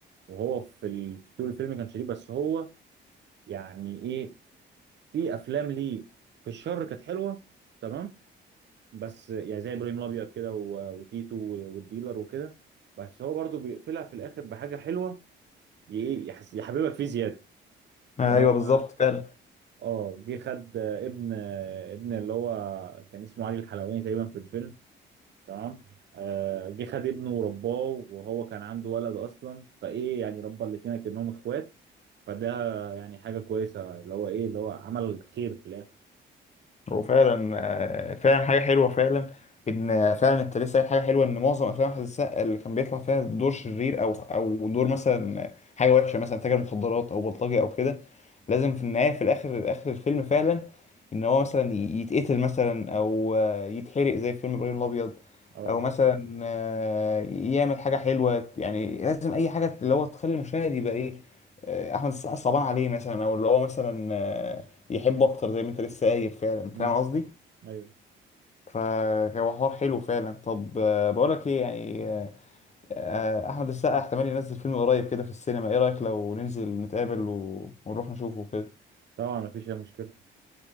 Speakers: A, on the right; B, on the left.
A: وهو في ال- في طول الفيلم كانش ليه بس هو يعني ايه في افلام ليه في الشر كانت حلوه تمام بس يعني زي ابراهيم الابيض كده و- وتيتو و- والديلر وكده بس هو برضو بيقفلها في الاخر بحاجه حلوه ي- ايه يحس يحببك فيه زياده
B: ايوه
A: ان هو
B: بالظبط فعلا
A: اه جه خد ابن ابن اللي هو كان اسمه علي الحلواني تقريبا في الفيلم تمام آه، جه خد ابنه ورباه وهو كان عنده ولد اصلا فايه يعني ربى الاتنين كأنهم اخوات فده يعني حاجه كويسه اللي هو ايه اللي هو عمل خير في الاخر
B: هو فعلا آه، فعلا حاجة حلوة فعلا إن فعلا أنت لسه قايل حاجة حلوة إن معظم أفلام أحمد السقا اللي كان بيطلع فيها دور شرير أو أو دور مثلا حاجة وحشة مثلا تاجر مخدرات أو بلطجي أو كده لازم في النهاية في الآخر آخر الفيلم فعلا إن هو مثلا يتقتل مثلا أو آه، يتحرق زي في فيلم إبراهيم الأبيض
A: اه
B: أو مثلا آه، يعمل حاجة حلوة يعني لازم أي حاجة اللي هو تخلي المشاهد يبقى إيه آه، أحمد السقا صعبان عليه مثلا أو اللي هو مثلا آه، يحبوا اكتر زي ما انت لسه قايل فعلا
A: مم.
B: فاهم قصدي
A: ايوه
B: فهو حوار حلو فعلا طب آه، بقولك ايه يعني آه، آه، احمد السقا احتمال ينزل فيلم قريب كده في السينما ايه رايك لو ننزل نتقابل و... ونروح نشوفه كده
A: طبعا مفيش اي مشكله